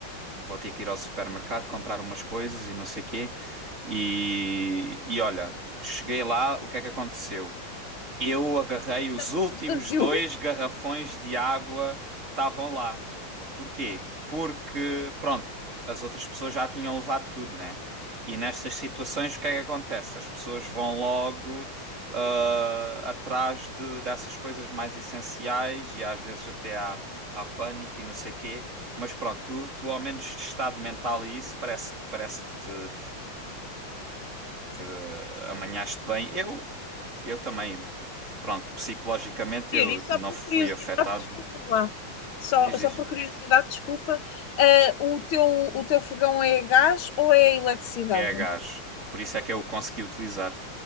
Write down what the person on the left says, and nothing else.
estava
tudo vazio.
Yuri, E só
por
curiosidade,
desculpa lá, só,
só
por curiosidade, desculpa, eh, o teu, o teu fogão é a gás ou é a eletricidade?